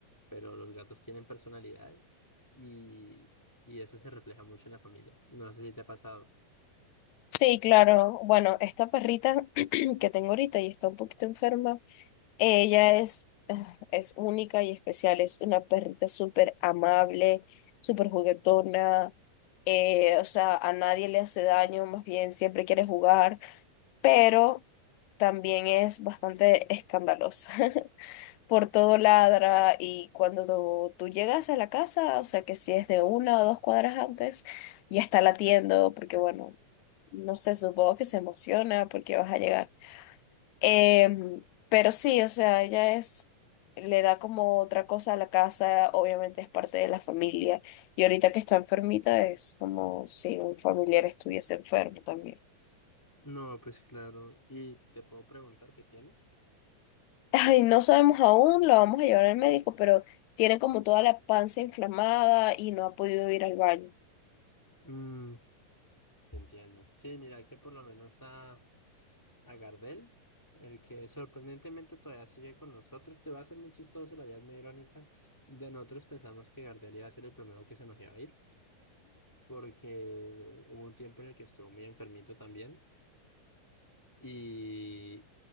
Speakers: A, in the centre; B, on the left (about 80°).
A: pero los gatos tienen personalidades y, y eso se refleja mucho en la familia. No sé si te ha pasado.
B: Sí, claro, bueno, esta perrita <clears throat> que tengo ahorita y está un poquito enferma. Ella es, <sighs> ugh, es única y especial, es una perrita súper amable, súper juguetona, eh, o sea, a nadie le hace daño, más bien siempre quiere jugar, pero también es bastante escandalosa. <laughs> Por todo ladra y cuando tú tú llegas a la casa, o sea, que si es de una o dos cuadras antes, ya está latiendo, porque bueno, no sé, supongo que se emociona porque vas a llegar. Em, pero sí, o sea, ella es, le da como otra cosa a la casa, obviamente es parte de la familia. Y ahorita que está enfermita es como si un familiar estuviese enfermo también.
A: No, pues claro. ¿Y te puedo preguntar qué tiene?
B: <laughs> Ay, no sabemos aún, lo vamos a llevar al médico, pero tiene como toda la panza inflamada y no ha podido ir al baño.
A: Mm, entiendo. Sí, mira que por lo menos a, a Gardel, el que sorprendentemente todavía sigue con nosotros, te va a ser muy chistoso, la vida es muy irónica. De nosotros pensamos que Gardel iba a ser el primero que se nos iba a ir, porque hubo un tiempo en el que estuvo muy enfermito también. y.